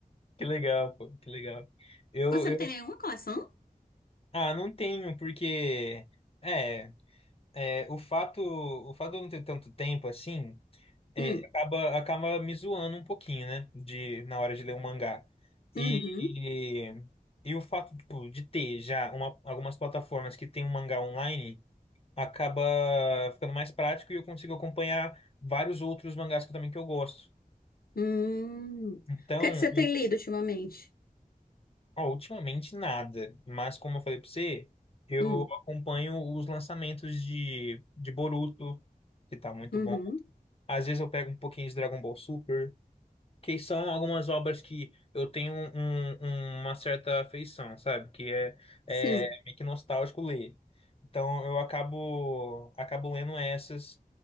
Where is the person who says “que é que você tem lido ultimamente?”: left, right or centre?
Left